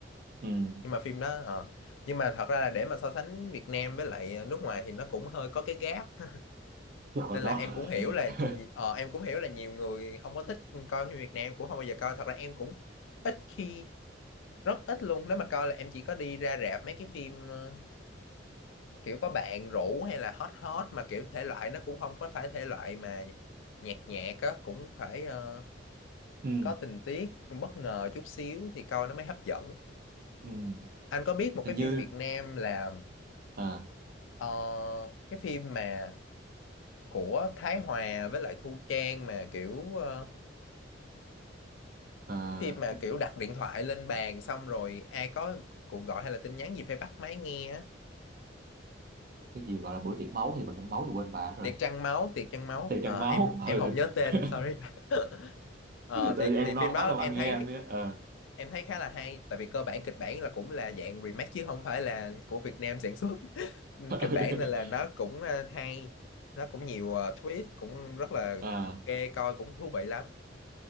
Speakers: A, on the right; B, on the left.
A: ừ,
B: nhưng mà phim đó ờ. nhưng mà thật ra là để mà so sánh Việt Nam với lại ờ, nước ngoài thì nó cũng hơi có cái gap <laughs>
A: rồi
B: nên là
A: nó
B: em cũng hiểu là
A: <laughs>
B: nhi- ờ, em cũng hiểu là nhiều người không có thích coi phim Việt Nam em cũng không bao giờ coi thật ra em cũng ít khi rất ít luôn nếu mà coi là em chỉ có đi ra rạp mấy cái phim ờ, kiểu có bạn rủ hay là hot hot mà kiểu thể loại nó cũng không có phải thể loại mà nhạt nhạt á cũng phải ờ,
A: ừ,
B: có tình tiết bất ngờ chút xíu thì coi nó mới hấp dẫn
A: ừ.
B: anh có biết một cái
A: Hình
B: phim
A: như
B: Việt Nam là
A: à,
B: ờ, cái phim mà của Thái Hòa với lại Thu Trang mà kiểu ờ,
A: à,
B: phim mà kiểu đặt điện thoại lên bàn xong rồi ai có cuộc gọi hay là tin nhắn gì phải bắt máy nghe á.
A: cái gì gọi là bữa tiệc máu thì bữa tiệc máu thì quên bà rồi.
B: Tiệc trăng máu tiệc trăng máu
A: Tiệc
B: Ờ,
A: trăng máu,
B: em em
A: ừ.
B: không nhớ tên
A: <laughs>
B: sorry <laughs> Ờ, thì
A: Rồi em
B: thì phim
A: nói
B: đó
A: xong
B: em
A: anh nghe
B: thấy
A: anh biết. Ờ.
B: em thấy khá là hay tại vì cơ bản kịch bản là cũng là dạng remake chứ không phải là của Việt Nam sản xuất <laughs>
A: <laughs>
B: kịch bản nên là nó cũng ờ, hay nó cũng nhiều ờ, twist cũng rất là
A: à,
B: ok coi cũng thú vị lắm